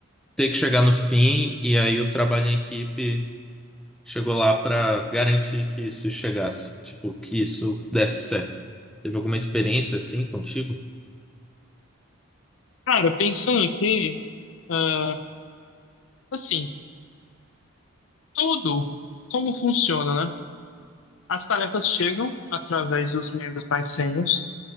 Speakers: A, in the centre; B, on the left.
A: ter que chegar no fim e aí o trabalho em equipe chegou lá para garantir que isso chegasse, tipo, que isso desse certo. Teve alguma experiência assim contigo?
B: Cara, pensando aqui, ah, assim, tudo como funciona, né? As tarefas chegam através dos membros mais sênios